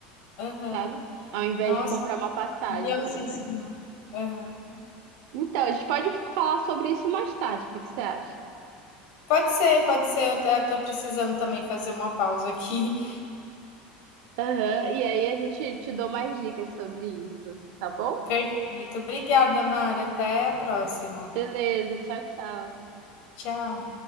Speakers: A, on the left (about 65°); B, on the right (about 65°).
A: Aham.
B: sabe? Ao invés
A: Nossa,
B: de comprar uma passagem,
A: curiosíssima.
B: por exemplo.
A: Aham.
B: Então, a gente pode falar sobre isso mais tarde, o que que você acha?
A: Pode ser, pode ser. Eu até tô precisando também fazer uma pausa aqui.
B: Aham, e aí a gente te dou mais dicas sobre isso, tá
A: <laughs>
B: bom?
A: Perfeito. Obrigada, Mara. Até a próxima.
B: Beleza, tchau, tchau.
A: Tchau.